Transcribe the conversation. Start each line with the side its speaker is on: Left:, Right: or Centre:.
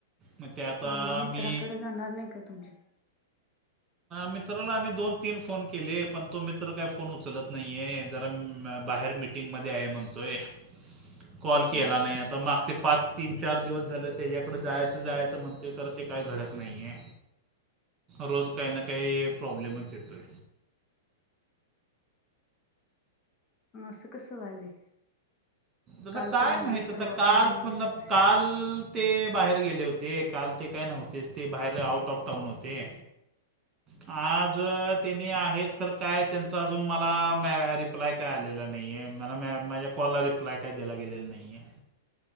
Right: मग ते आता
Left: म आज मित्राकडं
Right: मी
Left: जाणार नाही काय तुमच्या?
Right: मित्राला आम्ही दोन तीन फोन केले पण तो मित्र काही फोन उचलत नाहीये जरा मा बाहेर मीटिंगमध्ये आहे म्हणतोय कॉल केला
Left: बर
Right: नाही आता माग ते पाच तीन, चार दिवस झालं त्याच्याकडं जायचं-जायचं म्हणततोय खर ते काय घडत नाहीये. रोज काही ना काही प्रॉब्लेमच येतोय.
Left: असं कसं व्हायलय.
Right: आता
Left: काल
Right: काय
Left: पण नाही
Right: माहित आता
Left: परवा
Right: काल
Left: नाही
Right: पण काल ते बाहेर गेले होते, काल ते काय नव्हतेच ते बाहेर आउट ऑफ टाऊन होते. आज त्यांनी आहेत खर काय त्यांच अजून माला माला मा रिप्लाय काय आलेला नाहीये, मला मा माझ्या कॉल ला रिप्लाय काय दिला गेलेला नाहीये.